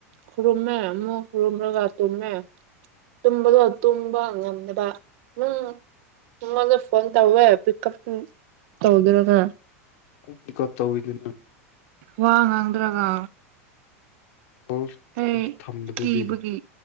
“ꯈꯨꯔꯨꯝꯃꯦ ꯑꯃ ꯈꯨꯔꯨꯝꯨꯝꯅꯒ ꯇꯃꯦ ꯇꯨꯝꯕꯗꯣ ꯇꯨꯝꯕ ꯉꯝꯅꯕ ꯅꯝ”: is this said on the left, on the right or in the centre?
Right